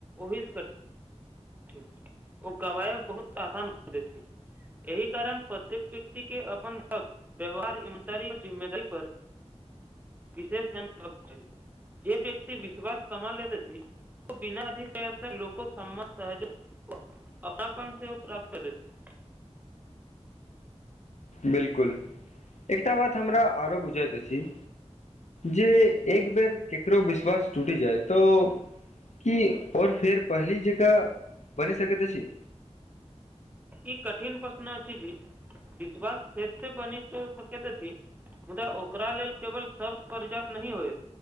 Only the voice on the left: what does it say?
बिलकुल एकटा बात हमरा आरो बुझैत अछि जे एक बेर केकरो विश्वास टूटि जाय तऽ क आओर फेर पहली जकाँ बनि सकैत अछि